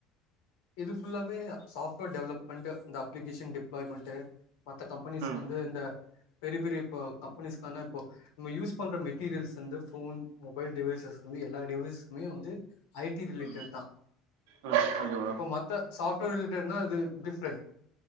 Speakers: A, on the left; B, on the right.
A: இது ஃபுல்லாவே சாஃப்ட்வேர் டெவலப்மெண்ட்டு இந்த அப்ளிகேஷன் டிப்ளாய்மெண்ட்டு மத்த கம்பெனிஸ்க்கு
B: ம்
A: வந்து இந்த பெரிய பெரிய இப்போ கம்பெனிஸ்க்கான இப்போ நம்ம யூஸ் பண்ற மெட்டீரியல்ஸ் வந்து ஃபோன் மொபைல் டிவைசஸஸ் வந்து எல்லா டிவைஸ்மே வந்து ஐ டி ரிலேட்டட்
B: ம்
A: தா
B: ம் ஓகே ப்ரோ
A: இப்ப மத்த சாப்ட்வேர் ரிலேட்டட்னா அது டிஃப்ரெண்ட்